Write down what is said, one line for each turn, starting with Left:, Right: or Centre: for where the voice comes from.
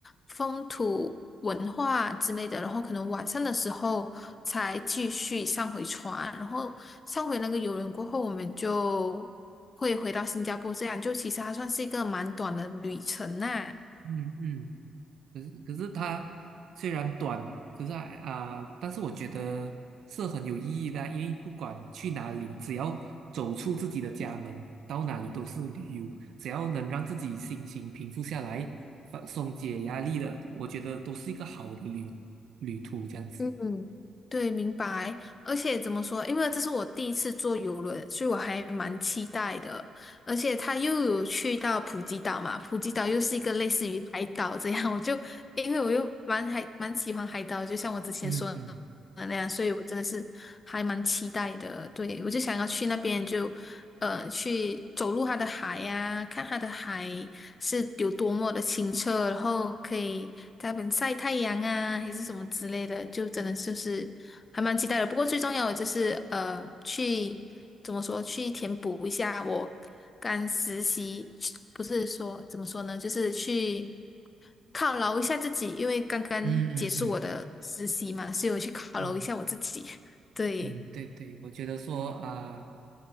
Left: 风土文化之类的，然后可能晚上的时候才继续上回船，然后上回那个游轮过后，我们就会回到新加坡，这样就其实还算是一个蛮短的旅程呐、
Right: 嗯嗯。可是可是它虽然短，可是啊、啊但是我觉得是很有意义的啊因为不管去哪里，只要走出自己的家门，到哪里都是旅游，只要能让自己心情平复下来，放松解压力的，我觉得都是一个好的旅旅途这样子。
Left: 嗯，对，明白。而且怎么说，因为这是我第一次坐游轮，所以我还蛮期待的。而且他又有去到普吉岛嘛，普吉岛又是一个类似于海岛这样，我就因为我又蛮还蛮喜欢海岛，就像我之前说的。
Right: 嗯嗯
Left: 那样，所以我真的是还蛮期待的。对，我就想要去那边就，呃，去走入它的海呀、看它的海是有多么的清澈，然后可以在那边晒太阳啊，还是什么之类的，就真的就是还蛮期待的。不过最重要的就是呃，去怎么说，去填补一下我刚实习，不是说怎么说呢，就是去。犒劳一下自己，因为刚刚结束我的实习嘛，
Right: 嗯嗯嗯嗯
Left: 所以我去犒劳一下我自己。
Right: 嗯。嗯
Left: <laughs> 对，
Right: 嗯，对对，我觉得说啊